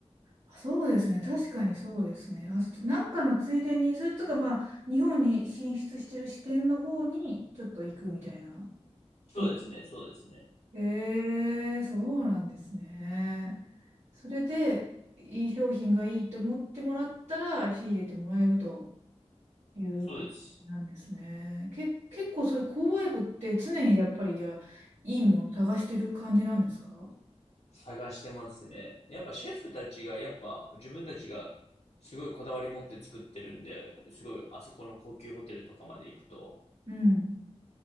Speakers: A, on the right; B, on the left.
A: あ、そうですね。確かにそうですね。あ、ちょっとなんかのついでに、それとかまあ、日本に進出してる支店の方にちょっと行くみたいな。
B: そうですね、
A: と
B: そうですね。
A: えー、そうなんですね。それで、いい商品がいいと思ってもらったら、仕入れてもらえると。いう感じなんですね。
B: そうです。
A: け、結構そういう購買部って常にやっぱり、いや、いいもの探してる感じなんですか
B: 探してますね。やっぱシェフたちが、やっぱ自分たちがすごいこだわり持って作ってるんで、すごいあそこの高級ホテルとかまで行くと。
A: うん。